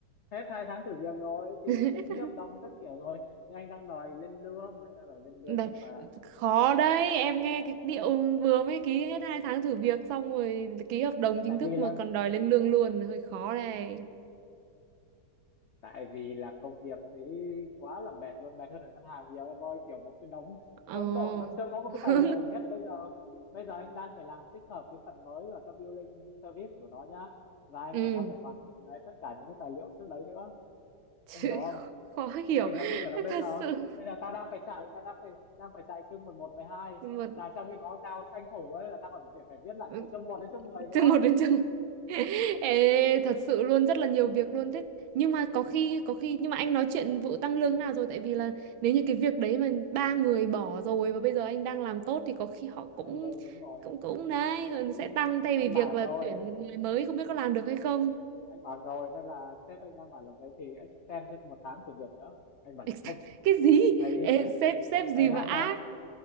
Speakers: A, on the left (about 75°); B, on the right (about 80°).
A: hết hai tháng thử việc rồi thì
B: <laughs>
A: ký hợp đồng các kiểu rồi nhưng anh đang đòi lên lương anh đang đòi lên lương
B: Đấy,
A: nhưng mà
B: khó đấy em nghe cái điệu vừa mới ký hết hai tháng thử việc xong rồi ký hợp đồng chính
A: tại
B: thức
A: vì là
B: mà còn đòi lên lương luôn hơi khó đây
A: tại vì là công việc thế quá là mệt luôn mệt hơn ở ngân hàng nhiều em ơi kiểu một cái đống
B: ờ
A: hỗn độn nó chưa có một
B: <laughs>
A: cái tài liệu gì hết bây giờ bây giờ anh đang phải làm tích hợp cái phần mới vào trong billing service của nó nhá và anh
B: ừ
A: còn đang phải hoàn thiện lại tất cả những cái tài liệu trước đấy nữa
B: Chứ
A: em hiểu không
B: khó hiểu
A: đấy giống như kiểu là bây
B: thật
A: giờ
B: sự
A: bây giờ ta đang phải chạy ta đang phải đang phải chạy chương mười một mười hai
B: mà
A: và trong khi đó tao tranh thủ ấy là tao còn phải phải viết lại
B: ừ
A: từ chương một đến chương mười nữa
B: chương một đến chương <laughs> Ê, thật
A: Trời,
B: sự luôn rất là nhiều việc luôn thế nhưng mà có khi có khi nhưng mà anh nói chuyện vụ tăng lương nào rồi tại vì là nếu như cái việc đấy mà ba người bỏ rồi và bây giờ anh đang làm tốt thì có khi họ
A: đấy
B: cũng
A: đấy đúng rồi
B: cũng cũng đấy rồi
A: anh
B: sẽ tăng thay
A: anh
B: vì việc
A: bảo
B: là
A: rồi
B: tuyển một người mới không biết có làm được hay không
A: anh bảo rồi nên là sếp anh đang bảo là vậy thì extend thêm một tháng thử việc nữa anh bảo
B: <laughs>
A: là không
B: cái gì
A: em thấy
B: Ê,
A: ha,
B: sếp sếp
A: em
B: gì
A: thấy
B: mà
A: hai
B: ác
A: tháng